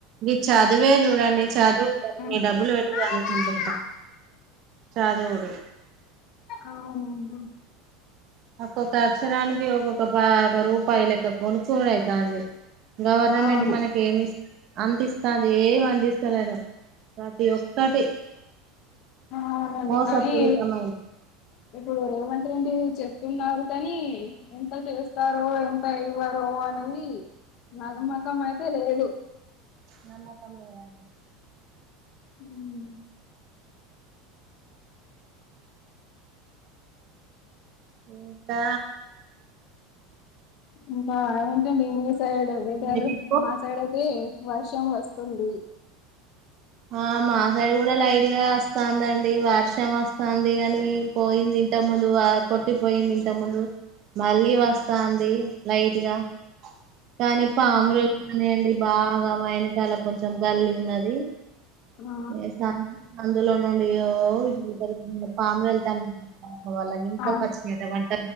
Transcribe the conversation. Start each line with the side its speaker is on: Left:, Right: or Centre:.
Right: గిచ్చా చదువే చూడండి చదువుకోకుని
Left: ఉమ్.
Right: డబ్బులు పెట్టి చదువుకుంటున్నం చదువుడు
Left: అవును
Right: ఒక్కొక్క అక్షరానికి ఒక్కొక్క బాగా రూపాయి లెక్క కొనుక్కోని అయితాంది గవర్నమెంట్
Left: అవును
Right: మనకి ఏమి అంతఇస్తది ఏమి అందిస్తలేదు ప్రతి ఒక్కటి
Left: అవునండి
Right: మోసపూరితమైన
Left: కానీ ఇప్పుడు రేవంత్ రెండి చెప్తున్నారు కానీ ఎంత చేస్తారో ఎంత ఇవ్వారో అనేది నమ్మకం అయితే లేదు
Right: నమ్మకం లేదండి
Left: ఉమ్
Right: ఇంకా
Left: ఇంకా ఏంటండి మీ సైడ్ వెదర్
Right: మీకు
Left: మా సైడ్ అయితే వర్షం వస్తుంది
Right: ఆ మా సైడ్ కూడా లైట్గా వస్తోందండి వర్షం వస్తుంది కాని పోయింది ఇంత ముందు ఆ కొట్టిపోయింది ఇంత ముందు మళ్ళీ వస్తాంది లైట్గా కానీ పాములు వత్తున్నాయండి బాగా మా ఎనకాల కొంచెం గల్లి ఉన్నది
Left: ఆ
Right: ఎసా అందులో నుండి ఓ పరుదుల్లో పాములు ఎళ్తానయ్ వాళ్ళ ఇంత
Left: ఆ
Right: వచ్చ్ ఎదవంట